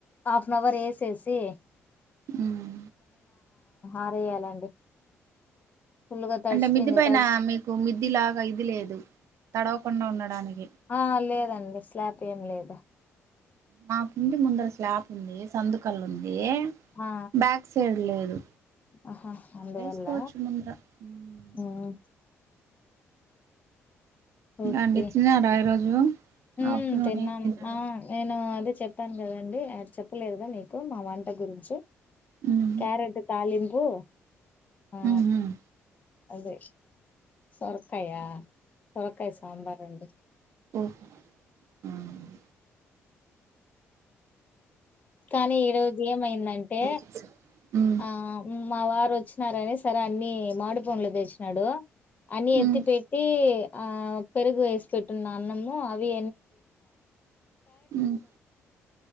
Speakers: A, on the left; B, on the right.
A: హాఫనవర్ యేసేసి
B: ఉమ్
A: ఆరేయాలండి ఫుల్గా తడిసిపోయింది
B: అంటే మిద్ది పైన
A: తడిసి
B: మీకు మిద్ది లాగా ఇది లేదు తడవకుండా ఉండడానికి
A: ఆ లేదండి స్లాపేంలేదు
B: మాకు ఇంటి ముందర స్లాప్ ఉంది సందుకల్లుంది దే
A: ఆ
B: బ్యాక్ సైడ్ లేదు
A: ఆ ఆహా అందువల్ల
B: ఆరేసుకోవచ్చు ముందర ఉమ్
A: హ్మ్ ఓకే.
B: అండి తిన్నారా ఈ రోజు
A: హ్మ్.
B: ఆఫ్టర్నూన్
A: తిన్నాం.
B: ఏం తిన్నారు
A: ఆ! నేను అదే చెప్పాను కదండి చెప్పలేదుగా మీకు మా వంట గురించి
B: మ్మ్
A: క్యారెట్ తాలింప్ ఓ ఆ
B: మ్మ్ హ్మ్
A: అదే సొరకాయ సొరకాయ సాంబారండి
B: ఓహో ఉమ్
A: కానీ ఈరోజు ఏమైందంటే
B: చేసా మ్మ్
A: ఆ మావారు వచ్చినారని సర అన్ని మాడి పండ్లు తెచ్చినాడు అన్ని ఎత్తి
B: మ్మ్
A: పెట్టి ఆ పెరుగు వేసి పెట్టున్న అన్నము అవి
B: మ్మ్